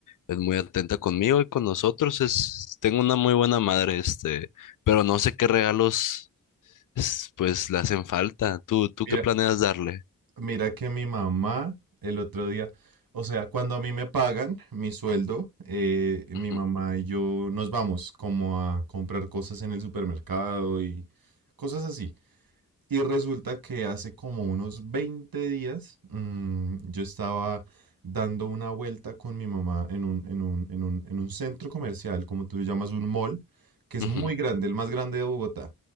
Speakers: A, on the left; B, on the right.
A: es muy atenta conmigo y con nosotros. Es, tengo una muy buena madre, este, pero no sé qué regalos es, pues le hacen falta. ¿Tú, tú
B: Mira,
A: qué planeas darle?
B: mira que mi mamá el otro día, o sea, cuando a mí me pagan mi sueldo, eh, mi
A: Ujú,
B: mamá y yo nos vamos como a comprar cosas en el supermercado y cosas así. Y resulta que hace como unos 20 días, mm, yo estaba dando una vuelta con mi mamá en un, en un, en un, en un centro comercial, como tú lo llamas, un mall, que es
A: ujú.
B: muy grande, el más grande de Bogotá.